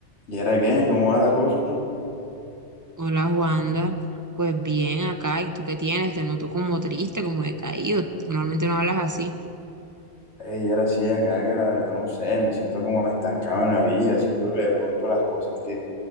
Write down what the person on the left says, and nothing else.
¿Y era qué? ¿Cómo va la cosa?
y era así acá que la verdad no sé, me siento como estancado en la vida, siento que de pronto las cosas que,